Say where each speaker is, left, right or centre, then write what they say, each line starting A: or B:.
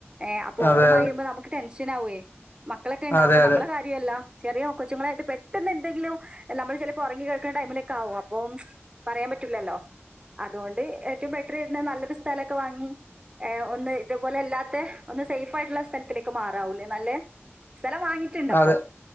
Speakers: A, on the right (about 20°); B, on the left (about 50°).
A: ഏഹ് അപ്പോ ഓവറ്
B: അതെ
A: മഴ പെയ്യുമ്പോ നമുക്ക്‌ ടെൻ ഷനാവുവേ മക്കളക്കെ ഇണ്ടാവുമ്പോ
B: അതെ അതെ
A: നമ്മളെ കാര്യമല്ല ചെറിയ കൊച്ച്ങ്ങളായിട്ട് പെ ട്ടെന്നെന്തെങ്കിലും നമ്മള് ചെലപ്പോ ഒറങ്ങി കെടക്കുന്ന ടൈമിലൊക്കാവും അപ്പോം പറയാൻ പറ്റുലല്ലോ അതുകൊണ്ട് ഏറ്റവും ബെറ്ററ് ചെയ്യുന്നതാ നല്ല സ്ഥലൊക്കെ വാങ്ങി ഏഹ് ഒന്ന് ഇതുപോലെ അല്ലാത്തെ ഒന്ന് സേഫായിട്ടുള്ള സ്ഥലത്തിലേക്ക് മാറാവൂല്ലേ നല്ലേ സ്ഥലം വാങ്ങിയിട്ടുണ്ട് അപ്പൊ
B: അതെ